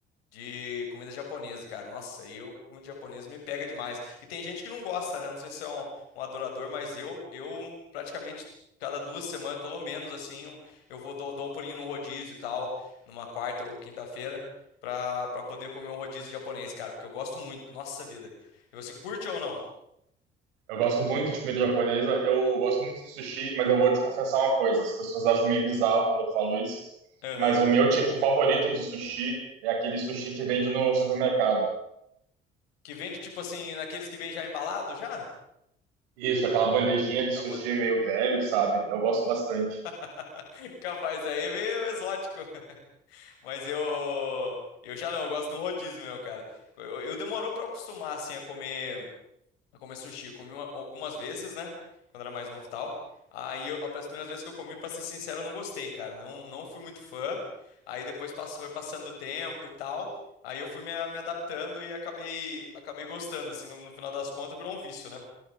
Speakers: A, on the left; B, on the right.
A: de comida japonesa, cara. Nossa, eu, comida japonesa me pega demais. E tem gente que não gosta, né? Não sei se é um, um adorador, mas eu, eu praticamente cada duas semanas, pelo menos, assim, um- eu vou dou, dou um pulinho no rodízio e tal, numa quarta ou quinta-feira, pra, pra poder comer um rodízio japonês, cara, porque eu gosto muito. Nossa vida. E você curte ou não?
B: Eu gosto muito de comida japonesa. Eu gosto muito de sushi, mas eu vou te confessar uma coisa. As pessoas acham meio bizarro quando eu falo isso.
A: Aham.
B: Mas o meu tipo favorito de sushi é aquele sushi que vende no supermercado.
A: Que vende, tipo assim, naqueles que vem já embalado, já?
B: Isso, aquela bandejinha de sushi
A: Eu vou-
B: meio velho, sabe? Eu gosto bastante.
A: <laughs> Capaz, aí é meio exótico. Mas eu, eu já não, eu gosto de um rodízio mesmo, cara. Eu, eu demorou pra eu acostumar, assim, a comer, a comer sushi. Eu comi uma- algumas vezes, né? Quando era mais novo e tal. Aí, eu, as primeiras vezes que eu comi, pra ser sincero, eu não gostei, cara. Não, não fui muito fã. Aí depois passou, foi passando o tempo e tal. Aí eu fui me, me adaptando e acabei, acabei gostando, assim, no, no final das contas, virou um vício, né?